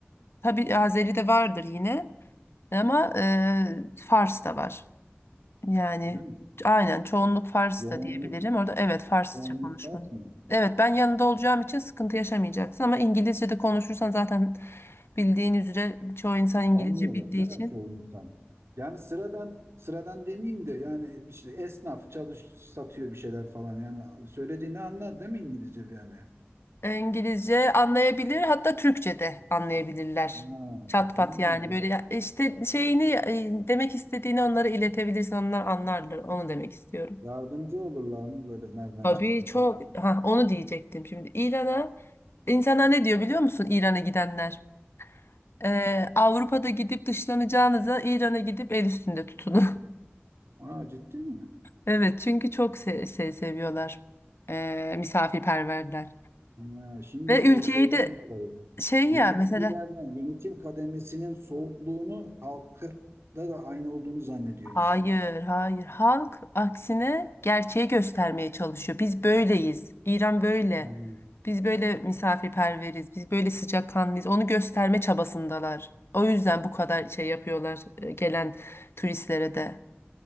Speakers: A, on the left; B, on the right.
A: tabii Azeri de vardır yine ama e, Fars da var. Yani
B: Öyle mi?
A: aynen çoğunluk Fars
B: Yoğunluk,
A: da diyebilirim. Orada evet Farsça
B: yoğunluk
A: konuşmak.
B: şart mı?
A: Evet ben yanında olacağım için sıkıntı yaşamayacaksın ama İngilizce de konuşursan zaten bildiğin üzere çoğu insan İngilizce
B: Anlıyorlar.
A: bildiği için
B: Ne yapıyor insan? Yani sıradan sıradan demeyeyim de yani işte esnaf çalış satıyor bir şeyler falan yani söylediğini anlar değil mi İngilizce bir yani?
A: e, İngilizce anlayabilir hatta Türkçe de anlayabilirler.
B: Ha,
A: Çat pat
B: iyi
A: yani
B: ya bu.
A: böyle ya- işte şeyini e, demek istediğini onlara iletebilirsin onlar anlarlar onu demek istiyorum.
B: Yardımcı olurlar mı böyle nereden
A: Tabii
B: çıktın
A: çok
B: sen falan?
A: ha, onu diyecektim şimdi İran'a insanlar ne diyor biliyor musun İran'a gidenler? Ee, Avrupa'da gidip dışlanacağınıza İran'a gidip el üstünde tutunun. <laughs>
B: Aa, ciddi mi?
A: Evet çünkü çok se şey seviyorlar. Ee, misafirperverler.
B: Ha, şimdi
A: Ve ülkeyi
B: o şeyden
A: de
B: dolayı
A: şey
B: yöneticilerden
A: ya mesela
B: yönetim kademesinin soğukluğunu halkta da aynı olduğunu zannediyor
A: hayır
B: insanlar.
A: hayır halk aksine gerçeği göstermeye çalışıyor. Biz böyleyiz. İran böyle.
B: Anladım.
A: Biz böyle misafirperveriz. Biz böyle sıcakkanlıyız. Onu gösterme çabasındalar. O yüzden bu kadar şey yapıyorlar e, gelen turistlere de.